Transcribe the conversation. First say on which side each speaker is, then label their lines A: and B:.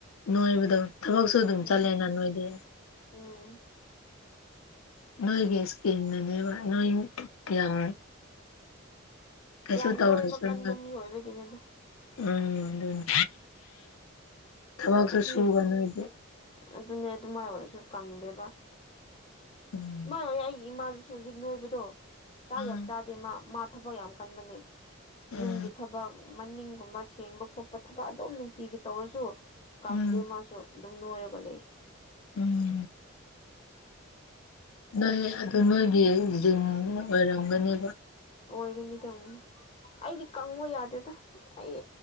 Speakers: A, on the left; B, on the left.
A: ꯅꯣꯏꯕꯗꯧ ꯊꯕꯛꯁꯨ ꯑꯗꯨꯝ
B: ꯎꯝ
A: ꯆꯠꯂꯦꯅ ꯅꯣꯏꯗꯤ
B: ꯎꯝ
A: ꯅꯣꯏꯒꯤ ꯏꯁꯀꯤꯗꯨꯅꯦꯕ ꯅꯣꯏ ꯌꯥꯝ ꯀꯩꯁꯨ
B: ꯌꯥꯝ
A: ꯇꯧꯔꯁꯨ
B: ꯅꯣꯏꯕ
A: <unintelligible>
B: ꯀꯟꯕ
A: ꯎꯝ
B: ꯃꯤ ꯑꯣꯏꯕꯒꯤꯅꯤꯗ
A: ꯑꯗꯨꯅꯤ ꯊꯕꯛꯁꯨ
B: ꯑꯁꯤ
A: ꯁꯨꯕ ꯅꯣꯏꯗꯤ
B: ꯑꯗꯨꯅꯦ ꯑꯗꯨꯃꯥꯏ ꯑꯣꯏꯔꯁꯨ ꯀꯪꯗꯦꯕ
A: <inaudible>
B: ꯏꯃ ꯍꯧꯌꯤꯛ ꯑꯩꯒꯤ ꯏꯃꯥꯗꯨꯁꯨ ꯍꯧꯖꯤꯛ ꯅꯣꯏꯕꯗꯣ ꯆꯥꯛ
A: ꯎꯝ
B: ꯌꯥꯝ ꯆꯥꯗꯦ ꯃꯥ ꯃꯥ ꯊꯕꯛ ꯌꯥꯝ ꯀꯟꯕꯅꯦ
A: ꯎꯝ
B: ꯌꯨꯝꯒꯤ ꯊꯕꯛ ꯃꯅꯤꯡꯒꯨꯝꯕ ꯁꯦꯡꯕ ꯈꯣꯠꯄ ꯊꯕꯛ ꯑꯗꯨꯝ ꯅꯨꯡꯇꯤꯒꯤ ꯇꯧꯔꯁꯨ ꯀꯪꯗꯦ
A: ꯎꯝ
B: ꯃꯥꯁꯨ ꯑꯗꯨꯝ ꯅꯣꯏꯔꯒ ꯂꯩ
A: ꯎꯝ ꯅꯣꯏ ꯑꯗꯨ ꯅꯣꯏꯒꯤ ꯖꯤꯟ ꯑꯣꯏꯔꯝꯒꯅꯦꯕ
B: ꯑꯣꯏꯒꯅꯤ ꯗꯝ ꯑꯩꯗꯤ ꯀꯪꯉꯣ ꯌꯥꯗꯦꯗ ꯑꯩ